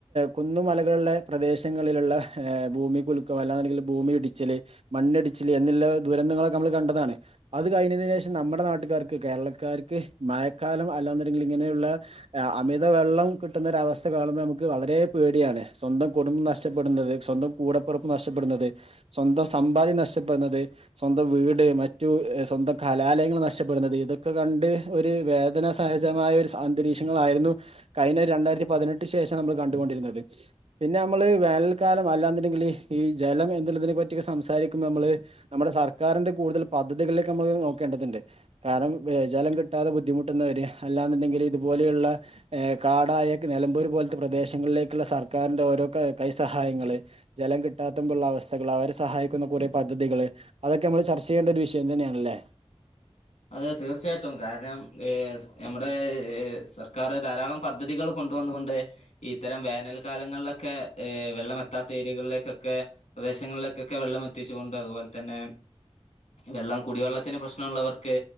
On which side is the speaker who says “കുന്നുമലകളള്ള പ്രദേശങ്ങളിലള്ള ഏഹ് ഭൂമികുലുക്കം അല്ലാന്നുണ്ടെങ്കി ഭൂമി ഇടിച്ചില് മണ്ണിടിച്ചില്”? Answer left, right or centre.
Right